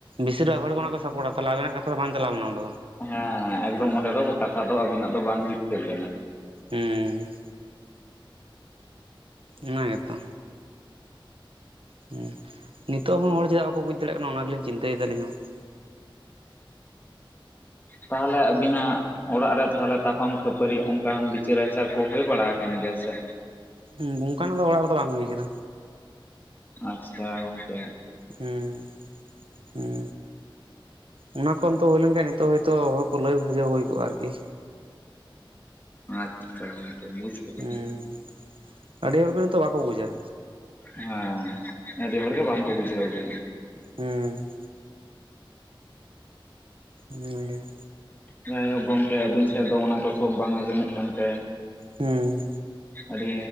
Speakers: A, on the right (about 80°); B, on the left (about 20°).
A: ᱵᱤᱥᱤᱨ ᱵᱷᱟᱜ ᱦᱚᱲ ᱠᱚ ᱚᱱᱟ ᱠᱚ ᱥᱟᱯᱚᱴᱟ ᱛᱟᱞᱦᱮ ᱟᱵᱮᱱᱟᱜ ᱠᱟᱛᱷᱟ ᱫᱚ ᱵᱟᱝ ᱪᱟᱞᱟᱣ ᱞᱮᱱᱟ ᱩᱱ ᱫᱚ᱾
B: ᱦᱮᱸ ᱮᱠᱫᱚᱢ ᱚᱸᱰᱮ ᱫᱚ ᱠᱟᱛᱷᱟ ᱫᱚ ᱟᱵᱤᱱᱟᱜ ᱫᱚ ᱵᱟᱝ ᱡᱤᱛᱠᱟᱹᱨ ᱞᱮᱱᱟ᱾
A: ᱦᱩᱸ᱾ ᱚᱱᱟ ᱜᱮᱛᱚ᱾ ᱦᱩᱸ ᱱᱤᱛᱚᱜ ᱦᱚᱸ ᱦᱚᱲ ᱪᱮᱫᱟᱜ ᱵᱟᱠᱚ ᱵᱩᱡᱽ ᱫᱟᱲᱮᱜ ᱠᱟᱱᱟ, ᱚᱱᱟ ᱜᱮᱞᱤᱧ ᱪᱤᱱᱛᱟᱹᱭᱫᱟ ᱟᱹᱞᱤᱧ ᱦᱚᱸ ᱾
B: ᱛᱟᱦᱞᱮ ᱟᱹᱵᱤᱱᱟᱜ᱾ ᱚᱲᱟᱜ ᱨᱮ ᱛᱟᱦᱞᱮ ᱛᱟᱯᱟᱢ ᱠᱷᱟᱹᱯᱟᱹᱨᱤ ᱚᱱᱠᱟᱱ ᱵᱤᱪᱟᱹᱨ ᱟᱪᱟᱨ ᱠᱚ ᱦᱳᱭ ᱵᱟᱲᱟ ᱟᱠᱟᱱ ᱜᱮᱭᱟ ᱥᱮ᱾
A: ᱦᱩᱸ ᱚᱱᱠᱟᱱᱟᱜ ᱫᱚ ᱚᱲᱟᱜ ᱨᱮᱫᱚ ᱵᱟᱝ ᱦᱩᱭ ᱠᱟᱱᱟ᱾
B: ᱟᱪᱪᱷᱟ ᱜᱚᱢᱠᱮ᱾
A: ᱦᱩᱸ᱾ ᱦᱩᱸ ᱚᱱᱟ ᱠᱷᱚᱱ ᱛᱚ ᱦᱩᱭ ᱞᱮᱱᱠᱷᱟᱡ ᱱᱤᱛᱚᱜ ᱦᱳᱭᱛᱳ ᱦᱚᱲᱠᱚ ᱞᱟᱹᱭ ᱵᱩᱡᱷᱟᱹ ᱦᱩᱭ ᱠᱚᱜ-ᱟ ᱟᱨᱠᱤ᱾
B: ᱟᱪᱪᱷᱟ ᱜᱚᱢᱠᱮ ᱵᱩᱡᱽ᱾ ᱠᱮᱫᱟᱞᱤᱧ
A: ᱩᱸ ᱟᱹᱰᱤ ᱦᱚᱲᱜᱮ ᱱᱤᱛᱚᱜ ᱵᱟᱠᱚ ᱵᱩᱡᱽ-ᱟ᱾
B: ᱦᱮᱸ ᱟᱹᱰᱤ ᱦᱚᱲ ᱜᱮ ᱵᱟᱝᱠᱚ ᱵᱩᱡᱷᱟᱹᱣ ᱜᱮᱭᱟ᱾
A: ᱦᱩᱸ᱾ ᱦᱩᱸ᱾
B: ᱦᱮᱸ ᱜᱚᱢᱠᱮ ᱟᱹᱵᱤᱱ ᱥᱮᱜ ᱫᱚ ᱚᱱᱟ ᱠᱚ ᱥᱚᱵᱽ ᱵᱟᱝ ᱟᱸᱡᱚᱢᱚᱜ ᱠᱟᱱᱛᱮ᱾
A: ᱦᱩᱸ᱾
B: ᱟᱹᱰᱤ